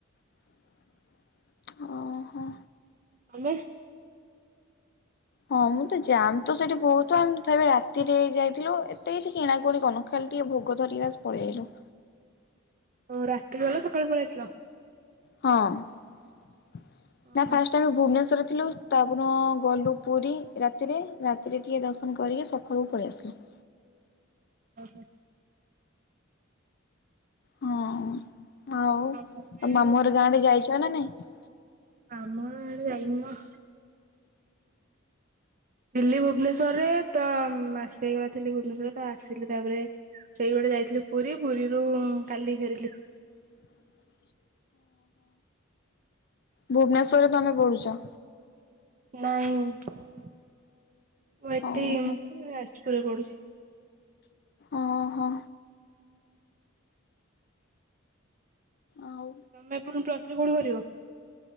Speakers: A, on the left; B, on the right.
A: <inaudible> ଓହୋ।
B: ଆମେ।
A: ହଁ ମୁଁ ତ ଯାାମ ତ ସେଠି ବହୁତ ଆମେଥାି ରାତିରେ ଯାଇଥିଲୁ ଏତେ କିଛି କିଣାକଣି କନ ଖା ଟିକେ ଭୋଗତ ଧରିକି ବାସ ପଳେଇଲୁ।
B: ଓ ରାତି ଗଲା ସକାଳେ ପଳେେଇ ଆସିଲ।
A: ହଁ ନା
B: ଓହୋ
A: ଫାଷ୍ଟ ଆମେ ଭୁବନେଶ୍ୱର। ଥିଲୁ ତାପ ଗଲୁ ପୁରୀ ରାତିରେ ରାତିରେ ଟିକେ ଦର୍ଶନ କରିକି ସକାଳୁ ପଳେଇ ଆସିଲୁ। <inaudible>
B: ଓ ହୋ।
A: ହଁ ଆଉ
B: ଆମେ
A: ତ ମାମୁଁର ଗାଁରେ ଯାଇଛ ନା ନାଇଁ।
B: ମାମୁ ଘର ଆଡେ ଯାଇନିମା। ଥିଲି ଭୁବନେଶ୍ଵରରେ ତ ଆସେ ହେଇଗଲା ଥିଲି ଭୁବନେଶ୍ଵରରେ ତ ଆସିଲି ତାପରେ ସେଇଭଡ ଯାଇଥିଲି ପୁରୀ ପୁରୀରୁ କାଲି ଫେରିଲୁ।
A: ହ ଭୁବନେଶ୍ଵରରେ ତମେ ପଢୁଛ।
B: ନାଇଁ ମୁଁ ଏଠି
A: ଓହୋ
B: ଉପରେ ପଡୁଛି।
A: ଅ ହଁ। ଆଉ
B: ତମେ ପୁଣି ପ୍ଲସଥ୍ରୀ କୋଉଠି କରିବ।